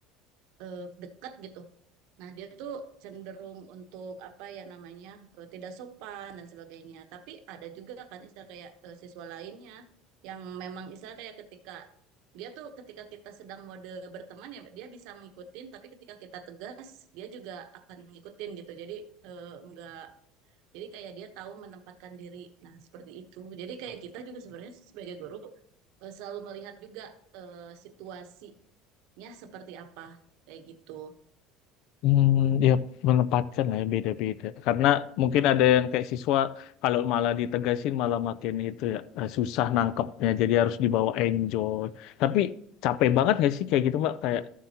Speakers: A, on the right; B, on the left.
A: eh, deket gitu Nah, dia tuh cenderung untuk apa ya namanya eh, tidak sopan dan sebagainya. Tapi ada juga kan istilah kayak eh, siswa lainnya yang memang istilah kayak ketika dia tuh ketika kita sedang mode berteman ya dia bisa ngikutin, tapi ketika kita tegas dia juga akan ngikutin gitu. Jadi eh, enggak jadi kayak dia tahu menempatkan diri. Nah, seperti itu. Jadi kayak kita juga sebenarnya sebagai guru eh, selalu melihat juga eh, situasinya seperti apa kayak gitu.
B: Hmm, ya menempatkan lah ya beda-beda. Karena mungkin ada yang kayak siswa kalau malah ditegasin malah makin itu ya eh, susah nangkepnya. Jadi harus dibawa enjoy. Tapi capek banget nggak sih kayak gitu Mbak? Kayak